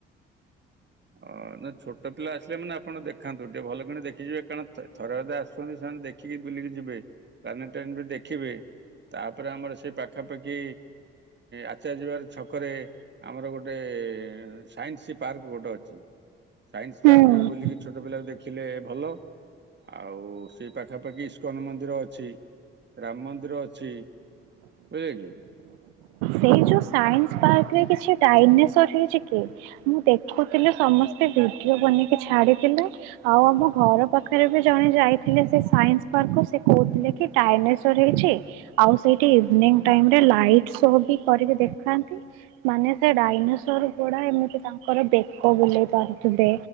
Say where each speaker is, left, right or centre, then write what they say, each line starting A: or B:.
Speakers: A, on the right (about 35°); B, on the right (about 80°).
A: ଅ ନା ଛୋଟ ପିଲା ଆସିଲେ ମାନେ ଆପଣ ଦେଖ ଦେଖାନ୍ତୁ ଟିକେ ଭଲ କିଣ ଦେଖିଯିବେ କାରଣ ଥରେଅଧେ ଆସୁଛନ୍ତି ସେମାନେ ଦେଖିକି ବୁଲିକି ଯିବେ। ପ୍ଲାନିଟୋରିଅମ୍ ବି ଦେଖିବେ। ତାପରେ ଆମର ସେ ପାଖାପାଖି ଆଚାର୍ୟ ବିହାର ଛକରେ ଆମର ଗୋଟେ ସାଇନ୍ସ ପାର୍କ ଗୋଟେ ଅଛି ସାଇନ୍ସ
B: ହୁଁ।
A: ପାର୍କ ବି ବୁଲିକି ଛୋଟ ପିଲାବି ଦେଖିଲେ ଭଲ ଆଉ ସେ ପାଖା ପାଖାପାଖି ଇସ୍କନ ମନ୍ଦିର ଅଛି ରାମ ମନ୍ଦିର ଅଛି ବୁଝିଲେ କି?
B: ସେ ଯୋଉ ସାଇନ୍ସ ପାର୍କରେ କିଛି ଡାଇ ନେଶର ହେଇଛି କି? ମୁଁ ଦେଖୁଥିଲି ସମସ୍ତେ ଭିଡିଓ ବନେଇକି ଛାଡିଥିଲେ। ଆଉ ଆମ ଘର ପାଖରେ ବି ଜଣେ ଯାଇଥିଲେ ସେ ସାଇନ୍ସ ପାର୍କ ସେ କହୁଥିଲେ। ଡାଇନେସର୍ ହେଇଛି ଆଉ ସେଇଠି ଇଭିନିଂ ଟାଇମ ରେ ଲାଇଟ ସୋ କି କରିକି ଦେଖାନ୍ତି। ମାନେ ସେ ଡାଇନେସର ଗୁଡା ଏମିତି ତାଙ୍କର ବେକ ବୁଲେଇ ପାରୁଥିବେ।